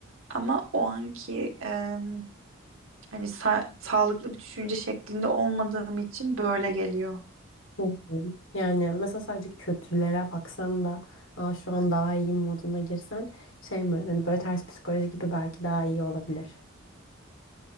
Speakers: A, on the right; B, on the left.
A: ama o anki em, hani sa- sağlıklı bir düşünce şeklinde olmadığım için böyle geliyor.
B: Hı hı. Yani mesela sadece kötülere baksan da Aa, şu an daha iyiyim moduna girsen şey mi hani böyle ters psikoloji gibi belki daha iyi olabilir.